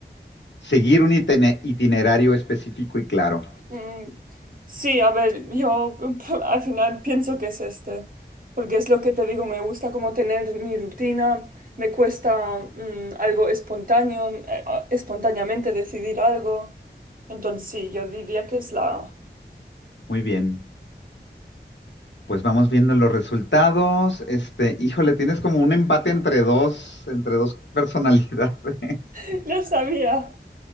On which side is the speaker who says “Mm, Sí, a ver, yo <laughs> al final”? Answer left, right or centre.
Right